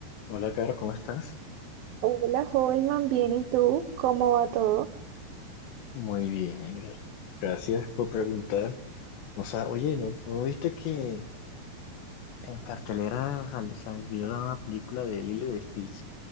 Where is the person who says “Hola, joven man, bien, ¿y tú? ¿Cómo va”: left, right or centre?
Right